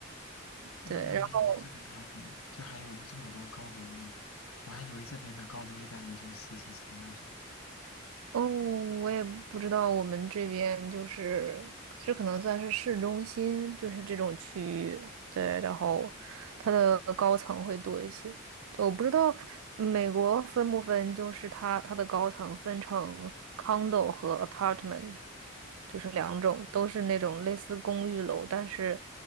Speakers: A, on the left; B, on the right.
A: 那那没想到这边还挺，
B: 对，然后。
A: 就还有这么多高楼呢。我还以为这边的高楼一般也就十几层那种。
B: 哦，我也不知道，我们这边就是这可能算是市中心，就是这种区域，对，然后它的高层会多一些。我不知道美国分不分，就是它它的高层分成 condo 和 apartment，就是两种，都是那种类似公寓楼，但是